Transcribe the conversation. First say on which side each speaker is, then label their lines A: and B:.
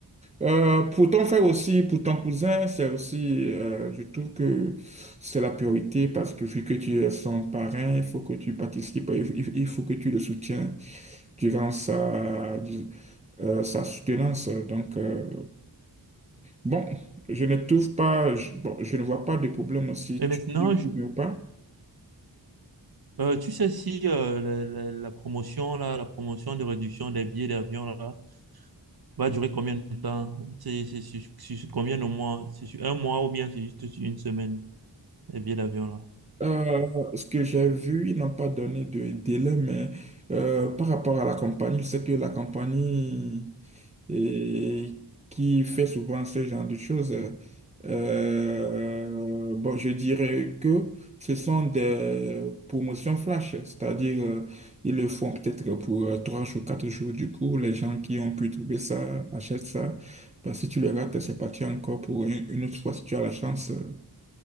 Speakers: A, on the right; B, on the right.
A: Euh, pour ton frère aussi, pour ton cousin, c'est aussi, euh, je trouve que c'est la priorité parce que vu que tu es son parrain, il faut que tu participes, il il- il faut que tu le soutiens durant sa, dis- euh, sa soutenance. Donc, euh, bon, je ne trouve pas, je, bon, je ne vois pas de problème si
B: Et
A: tu
B: maintenant,
A: dis
B: je-
A: oui ou pas.
B: euh, tu sais si euh, la, la- la promotion là, la promotion de réduction des billets d'avion là, va durer combien de temps? C'est c'est sur, sur combien de mois? C'est sur un mois ou bien c'est juste sur une semaine, les billets d'avion là?
A: Euh, ce que j'ai vu, ils n'ont pas donné de délai, mais euh, par rapport à la compagnie, je sais que la compagnie et qui fait souvent ce genre de choses. Euh, euh, bon, je dirais que ce sont des promotions flash, c'est-à-dire euh, ils le font peut-être pour euh, trois jours, quatre jours. Du coup, les gens qui ont pu trouver ça achètent ça. Bah, si tu le rates, c'est parti encore pour une, une autre fois si tu as la chance. Euh,